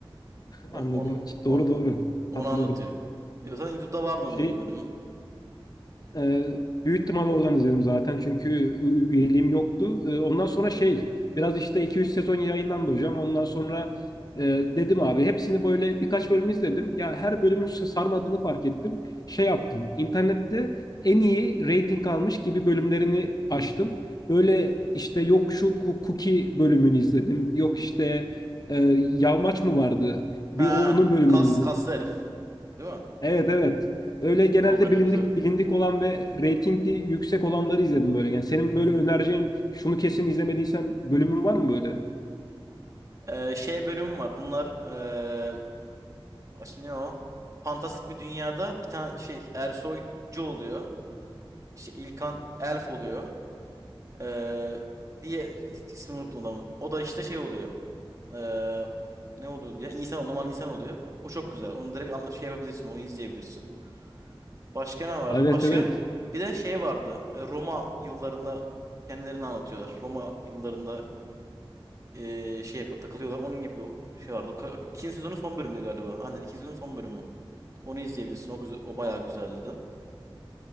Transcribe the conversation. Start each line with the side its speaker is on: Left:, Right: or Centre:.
Right: O-
Left: anladım.
Right: Onu, onu,
Left: Doğru
Right: onu,
Left: doğru
Right: onu
Left: hatırladım.
Right: anlatıyor. Ya zaten YouTube'da vardı
Left: Şey
Right: onun ilk bölümü.
Left: Ee, büyük ihtimal oradan izledim zaten çünkü ü- üyeliğim yoktu. Ee, ondan sonra şey biraz işte 2-3 sezon yayınlandı hocam. Ondan sonra e, dedim abi hepsini böyle birkaç bölüm izledim. Ya her bölümün s- sarmadığını fark ettim. Şey yaptım internette en iyi rating almış gibi bölümlerini açtım. Böyle işte yok şu ku- Cookie bölümünü izledim. Yok işte e, Yalmaç mı vardı? Bir
Right: Ha,
Left: o onun bölümünü
Right: kas
Left: izledim.
Right: kaslı herif. Değil mi?
Left: Evet evet. Öyle genelde
Right: O bölüm
Left: bilindik
Right: güzel.
Left: bilindik olan ve reytingli yüksek olanları izledim böyle. Yani senin böyle önereceğin şunu kesin izlemediysen bölümün var mı böyle?
Right: Ee, şey bölümü var. Bunlar ee, aş- ne o? Fantastik bir dünyada bir tane şey Ersoycu oluyor. İşte İlkan Elf oluyor. Ee, diye is- ismini unuttum adamın. O da işte şey oluyor. Ee, ne oluyor diye? İnsan, normal insan oluyor. O çok güzel. Onu direkt an- şey yapabilirsin. Onu izleyebilirsin. Başka ne vardı?
Left: Evet
Right: Başka
Left: evet.
Right: bir de şey vardı. E, Roma yıllarında kendilerini anlatıyorlar. Roma yıllarında e, şey yapıyor, takılıyorlar. Onun gibi o- şey vardı. O ka- İkinci sezonun son bölümü galiba. Aynen ikinci sezonun son bölümü. Onu izleyebilirsin. O güzel, o bayağı güzeldi de.